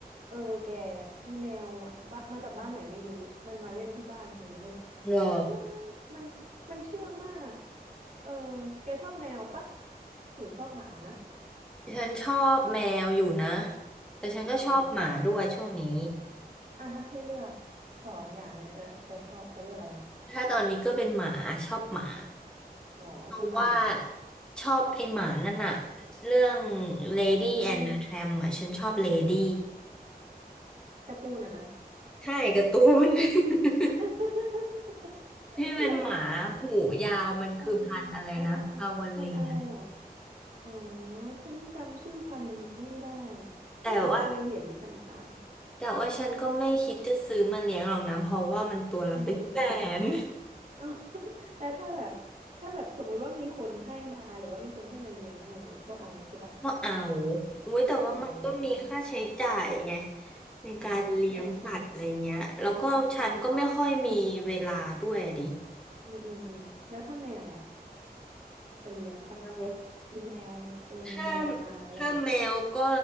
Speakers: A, on the right (about 55°); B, in the centre.
A: เออแกมีแมวอ่ะบ้ามาจากบ้านไหนไม่รู้มันมาเล่นที่บ้านฉันเลยน่ารักมากมันมันเชื่องมาก
B: เหรอ
A: เออแกชอบแมวปะหรือชอบหมานะ
B: ฉันชอบแมวอยู่นะแต่ฉันก็ชอบหมาด้วยช่วงนี้
A: อ๋ออ่ะถ้าให้เลือกสองอย่างเนี่ยเออจะชอบจะเลือกอะไร
B: ถ้าตอนนี้ก็เป็นหมาชอบหมา
A: หรอทำไมอ่ะ
B: เพราะว่าชอบไอหมานั่นอะเรื่อง Lady
A: อืม
B: and the Tramp อะฉันชอบ Lady
A: การ์ตูนอ่ะนะ
B: ใช่การ์ตูน <laughs>
A: <laughs>
B: ที่เป็นหมาหูยาวมันคือพันธุ์อะไรนะพาวาเลีย
A: หรอเอออ่าอ่าอ่าพันธุ์อะไรอ่ะอ๋อฉันจำชื่อพันธุ์มันไม่ได้เอ้ยเหมือนเคยเห็นผ่าน
B: แต่ว่าแต่ว่าฉันก็ไม่คิดจะซื้อมาเลี้ยงหรอกนะเพราะว่ามันตัวละเป็นแสน
A: ๆอืมทำไมอ่ะ <laughs> เนาะ <laughs> แล้วถ้าแบบถ้าแบบสมมุติว่ามีคนให้มาหรือว่ามีคนให้มาเลี้ยงอะไรอย่างเงี้ยก็เอาใช่ปะ
B: ก็เอาอุ้ยแต่ว่ามันก็มีค่าใช้จ่ายไง
A: อ๋อ
B: ในการเลี้ยงสัตว์อะไรเงี้ยแล้วก็ฉันก็ไม่ค่อยมีเวลาด้วยอะดิ
A: อ๋อใช่ใช่ใช่ใช่อืมอืมอืมอืมแล้วถ้าแมวอ่ะจะเลี้ยงปะ
B: แมว
A: มีแมวเออมีแมวมาอะไรอย่าง
B: ถ้าถ้าแมวก็